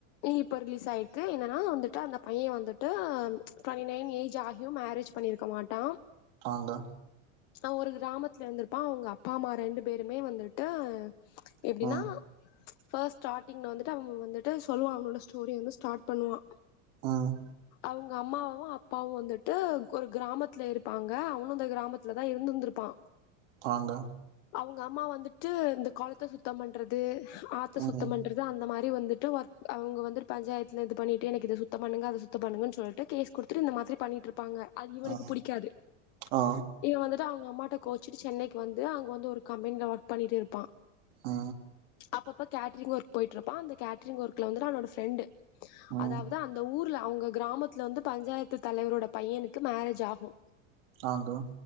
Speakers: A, on the left (about 40°); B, on the right (about 60°).
A: இப்ப ரிலீஸ் ஆயிருக்கு. என்னனா வந்துட்டு அந்த பைய்யா வந்துட்டு டுவெண்ட்டி நேயன் ஏஜ் ஆகியூம் மே ரேஜ் பண்ணிருக்க மாட்டா.
B: ஆங்க
A: அவ ஒரு கிராமத்துல இந்திருப்பா. அவுங்க அப்பா அம்மா ரெண்டு பேருமே வந்திட்டு எப்டினா
B: ம்
A: பஸ்ட் ஸ்டார்டிங்ல வந்துட்டு அவுங்க வந்துட்டு சொல்லுவா அவனோட ஸ்டோரி வந்து ஸ்டாட் பண்ணுவா.
B: ம்
A: அவுங்க அம்மாவு அப்பாவு வந்துட்டு ஒரு கிராமத்துல இருப்பாங்க. அவனும் இந்த கிராமத்துலதா இருந்திந்திருப்பா..
B: பாங்க
A: அவுங்க அம்மா வந்துட்டு இந்த குளத்த சுத்தம் பண்றது ஆத்த
B: ம்
A: சுத்தம் பண்றது அந்த மாரி வந்துட்டு ஒர்க் அவுங்க வந்துடு பஞ்சாயத்துல இது பண்ணிட்டு எனக்கு இத சுத்த பண்ணுங்க அத சுத்த பண்ணுங்கனு சொல்ட்டு கேஸ் குடுத்துட்டு இந்த மாதிரி பண்ணீட்டிருப்பாங்க. அது இவனுக்கு
B: ஆ
A: புடிக்காது.
B: ஆ
A: இவ வந்து ட்டு அவுங்க அம்மாட்ட கோச்சிட்டு சென்னைக்கு வந்து அங்க வந்து ஒரு கம்பெனில ஒர்க் பண்ணீட்டு இருப்பா.
B: ஆ
A: அப்பப்ப கேட்ரிங் ஒர்க் போய்ட்ருப்பா. அந்த கேட்ரிங் ஒர்க்ல வந்துட்டு அவனோட ப்ரெண்டு
B: ம்
A: அதாவது அந்த ஊர் ல அவுங்க கிராமத்துல வந்து பஞ்சாயத்து தலைவரோட பையனுக்கு மேரேஜ் ஆகு
B: ஆங்க